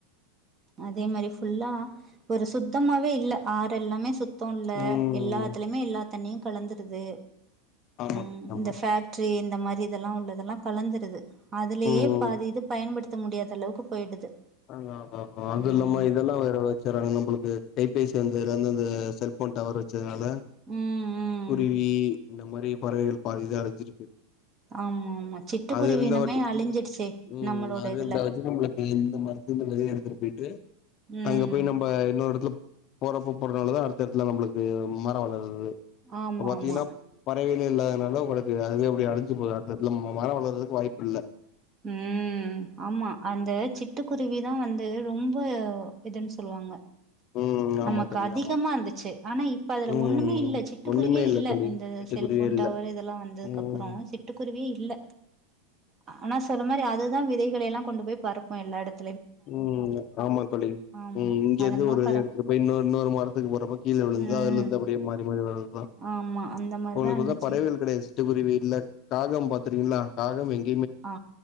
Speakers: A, on the right; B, on the left.
A: அதே மாரி ஃபுல்லா ஒரு சுத்தமாவே இல்ல ஆறெல்லாமே சுத் தோ இல்ல
B: ம்
A: எல்லாத்திலிமே எல்லா தண்ணியு கலந்துருது
B: ஆமா
A: ம்
B: தோழி ஆமா
A: இந்த ஃபேக்ரி இந்த மாரி இதெல்லா உள்ளதெல்லா கலந்திருது அதுலயே
B: ம்
A: பாதி இது பயன்படுத்த முடியாதளவுக்கு போயிடுது
B: ஆ ஆமா ஆமா அது இல்லாம
A: ம்
B: இதெல்லா வேற வச்சறாங்க நம்புளுக்கு கைபேசி வந்ததுலந்து அந்த செல்போன் டவர் வச்சதுனா ல
A: ம் ம்
B: குருவி இந்த மாரி பறவைகள் பாதிதா அழிஞ்சிருக்கு
A: ஆமா ஆமா சிட்டுக்குருவி
B: அது இருந்த
A: இனமே
B: வாட்டி
A: அழிஞ்சிடுச்சே
B: ம்
A: நம்மளோட
B: அது
A: இதுல
B: இருந்தாவாச்சி நம்முளுக்கு இந்த மார் வெளிய எடுத்துட்டு போயிட்டு
A: ம்
B: அங்க போய் நம்ப இன்னொரு எடத்துல போறப் குப்ப போறதுனால தா அடுத்தடுத்துல நம்முளுக்கு மரோ வளருது
A: ஆமா
B: அப்ப பாத்தீங்னா
A: ஆமா
B: பறவைகளே இல்லாததுனால தா உங்களுக்கு அதுவே அப்டி அடஞ் சி போது அடுத்த எடத்ல மரோ வளறதுக்கு வாய்ப்பில்ல
A: ம் ஆமா அந்த சிட் டுக்குருவி தா வந்து ரொம்ப இதுன் சொல்வாங்க
B: ம்
A: நமக்கு
B: ஆமா தோழி
A: அதிகமா
B: ஆமா
A: இருந்துச்சி ஆனா இப்ப அதுல
B: ம்
A: ஒண்ணுமே இல்ல சிட்டுக்குருவியே
B: ஒண்ணுமே
A: இல்ல
B: தோழி
A: இந்த
B: சிட்டுக்குருவியே
A: செல் ஃபோன்
B: இல்ல
A: ட டவர் இதெல்லா வந்ததுக்கு
B: ம்
A: அப்றோ சிட்டுக் குருவியே இல்ல அ ஆனா சொல்ல மாரி அதுதா விதைகள யெல்லா கொண்டு போய் பரப்பு எல்லா எடத்
B: ம் ஆமா தோழி
A: ஆமா
B: ம் இங்க
A: அதெல்லா
B: இருந்து ஒரு வித
A: பரப்
B: எடுத்துட்டுப் போய் இன்னொரு இன்னொரு மரத்துக்குப் போறப்ப கீழ் விழுந்தா
A: ம்
B: அதுலருந்து அப்டியே மாறி மாறி வர்றதா
A: ஆமா அந்த மாரிதா
B: ஒங்களுக்கு
A: இருந்துச்சு
B: வந்தா பறவைகள் கிடையாது சிட்டுக்குருவி இல்ல காகம் பாத்திருக்கீங்ளா காகம் எங்
A: ஆ